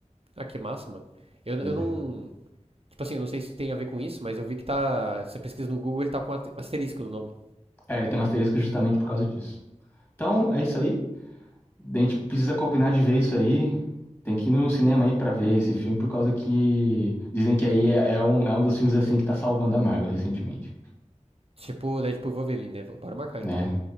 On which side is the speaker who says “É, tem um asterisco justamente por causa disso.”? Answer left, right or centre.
Left